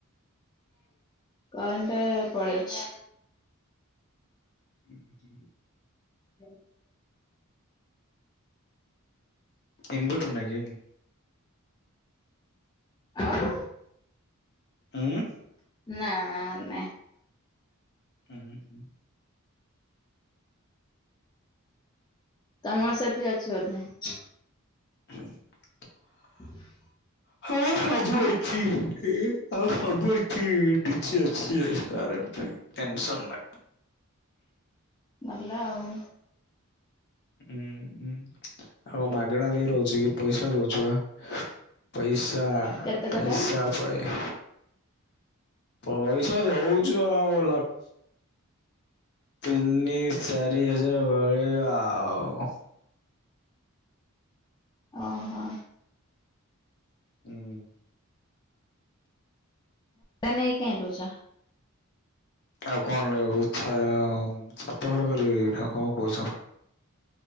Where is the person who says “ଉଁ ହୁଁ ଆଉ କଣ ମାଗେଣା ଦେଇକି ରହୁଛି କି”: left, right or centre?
Left